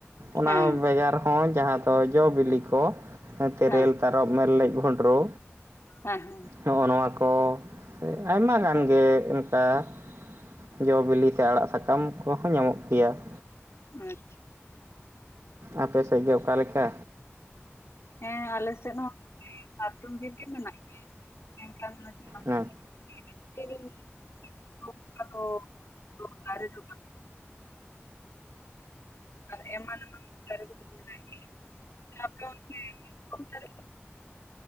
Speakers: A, on the right; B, on the left.
A: ᱚᱱᱟ
B: ᱦᱮᱸ
A: ᱵᱮᱜᱟᱨ ᱦᱚᱸ ᱡᱟᱦᱟᱸ ᱫᱚ ᱡᱚ ᱵᱤᱞᱤ ᱠᱚ᱾ ᱛᱮᱨᱮᱞ,
B: ᱦᱮᱸ
A: ᱦᱟᱨᱚᱯ, ᱢᱮᱨᱞᱮᱡ, ᱵᱷᱚᱱᱴᱨᱳ,
B: ᱦᱮᱸ ᱦᱮᱸ᱾
A: ᱱᱚᱜᱼᱚ ᱱᱚᱣᱟ ᱠᱚ ᱟᱭᱢᱟ ᱜᱟᱱ ᱜᱮ ᱚᱱᱠᱟ ᱾ ᱡᱚ ᱵᱤᱞᱤ ᱥᱮ ᱟᱲᱟᱜ ᱥᱟᱠᱟᱢ ᱠᱚᱦᱚᱸ ᱧᱟᱢᱚᱜ ᱜᱮᱭᱟ ᱾
B: ᱟᱪᱪᱷᱟ ᱾
A: ᱟᱯᱮ ᱥᱮᱫ ᱜᱮ ᱚᱠᱟ ᱞᱮᱠᱟ?
B: ᱦᱮᱸ ᱟᱞᱮ ᱥᱮᱫ ᱦᱚᱸ ᱥᱟᱨᱡᱚᱢ ᱵᱤᱨ ᱜᱮ ᱢᱮᱱᱟᱜ ᱜᱮᱭᱟ, ᱢᱮᱱᱠᱷᱟᱱ ᱚᱱᱟ <unintelligible>
A: ᱟᱪᱪᱷᱟ
B: ᱟᱫᱚ <unintelligible> ᱫᱟᱨᱮ ᱫᱚ ᱟᱨ ᱮᱢᱟᱱ ᱮᱢᱟᱱ ᱫᱟᱨᱮ ᱠᱚᱦᱚᱸ ᱢᱮᱱᱟᱜ ᱜᱮᱭᱟ᱾ ᱟᱯᱮ ᱚᱱᱛᱮ <unintelligible>